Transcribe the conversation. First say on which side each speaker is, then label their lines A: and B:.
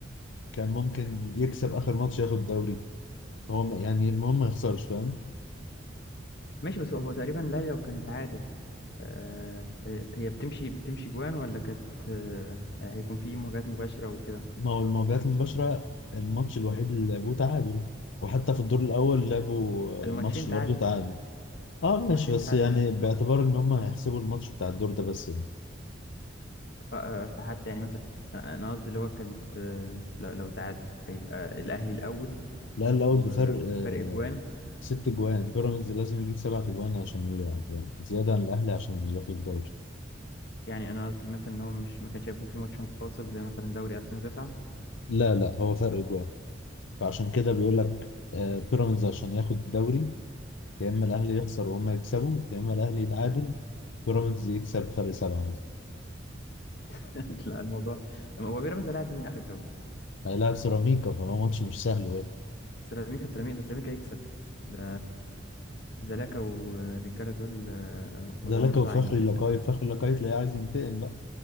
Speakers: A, on the left (about 75°); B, on the left (about 55°).
A: كان ممكن يكسب اخر ماتش ياخد الدوري هو م- يعني المهم ما يخسرش فاهم
B: ماشي بس هو هو تقريبا لا لو كانت عادل آه آه، هي بتمشي بتمشي جوان ولا كانت آه آه، هيكون في مواجهات مباشره وكده
A: ما هو المواجهات المباشره الماتش الوحيد اللي لعبوه تعادل وحتى في الدور الاول لعبوا
B: الماتشين
A: آه، ماتش
B: تعادل
A: برضه تعادل اه
B: الماتشين
A: ماشي بس
B: تعادل
A: يعني
B: اه
A: باعتبار ان هم هيحسبوا الماتش بتاع الدور ده بس يعني
B: ف- آه، فحتى يعني مثلا انا أنا قصدي اللي هو كانت آه، لو لو تعادل هيبقى الاهلي الاول
A: الاهلي الاول
B: وفرق
A: بفرق آه،
B: جوان
A: ست جوان بيراميدز لازم يجيب سبعة جوان عشان ي- يعني زياده عن الاهلي عشان ياخد الدوري
B: يعني انا قصدي مثلا ان هو مش ما كانش هيكون في ماتش متفاصل زي مثلا دوري 2009
A: لا لا هو فرق جوان فعشان كده بيقول لك آه، بيراميدز عشان ياخد الدوري يا اما الاهلي يخسر وهم يكسبوا يا اما الاهلي يتعادل بيراميدز يكسب فرق سبعه مثلا
B: <laughs> لا الموضوع هو بيراميدز لاعب من اخر جوله
A: هيلاعب سيراميكا فهو ماتش مش سهل برضه
B: سيراميكا سيراميكا ده سيراميكا يكسب ده زلاكا والرجالة دول آه، وضعهم
A: ده لك
B: صعب
A: وفخري
B: يعني
A: اللقاي
B: لا.
A: فخري اللقاي تلاقيه عايز ينتقم بقى